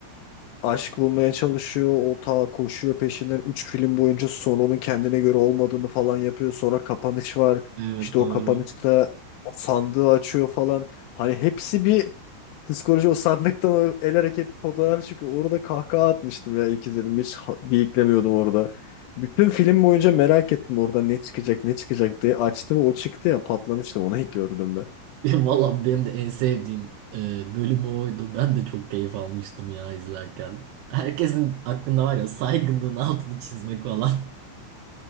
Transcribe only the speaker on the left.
aşk bulmaya çalışıyor. O ta koşuyor peşinden 3 film boyunca sonra onun kendine göre olmadığını falan yapıyor. Sonra kapanış var.
İşte
o kapanışta sandığı açıyor falan. Hani hepsi bir psikoloji o sandıktan o el hareketi fotoğraf çünkü orada kahkaha atmıştım ya ilk izledim. Hiç ha- bıyıklamıyordum orada. Bütün film boyunca merak ettim orada ne çıkacak ne çıkacak diye. Açtı ve o çıktı ya patlamıştım onu ilk gördüğümde.